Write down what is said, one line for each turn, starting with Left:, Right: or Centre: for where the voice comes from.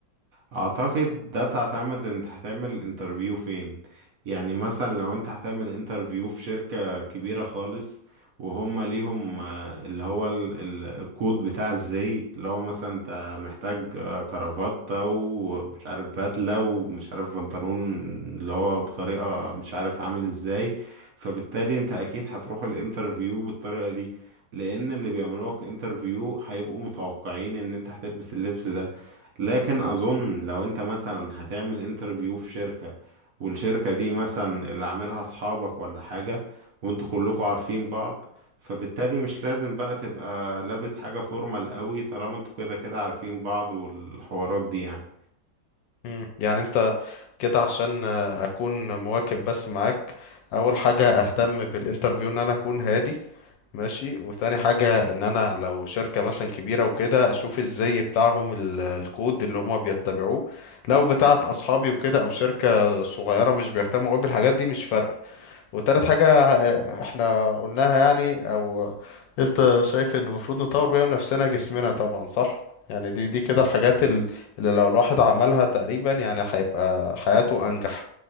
Right: اعتقد ده تعتمد انت هتعمل انترفيو فين يعني مثلا لو انت هتعمل انترفيو في شركة كبيرة خالص وهم ليهم آه، اللي هو ال- ال- الكود بتاع ازاي اللي هو مثلا انت محتاج آه، كرافتة ومش عارف بدلة ومش عارف بنطلون اللي هو بطريقة مش عارف عامل ازاي فبالتالي انت اكيد هتروح الانترفيو بالطريقة دي لان اللي بيعملوك انترفيو هيبقوا متوقعين ان انت هتلبس اللبس ده لكن اظن لو انت مثلا هتعمل انترفيو في شركة والشركة دي مثلا اللي عاملها اصحابك ولا حاجة وانتوا كلكوا عارفين بعض فبالتالي مش لازم بقى تبقى لابس حاجة فورمال قوي طالما انتوا كده كده عارفين بعض والحوارات دي يعني
Left: مم. يعني انت كده عشان آه، اكون مواكب بس معاك اول حاجة اهتم بالانترفيو ان انا اكون هادي ماشي وتاني حاجة ان انا لو شركة مثلا كبيرة وكده اشوف الزي بتاعهم ال- الكود اللي هما بيتبعوه لو بتاعت اصحابي وكده او شركة صغيرة مش بيهتموا قوي بالحاجات دي مش فارقة وتالت حاجة آه، احنا قلناها يعني او انت شايف ان المفروض نطور بيها من نفسنا جسمنا طبعا صح يعني دي دي كده الحاجات ال- اللي لو الواحد عملها تقريبا يعني هيبقى حياته انجح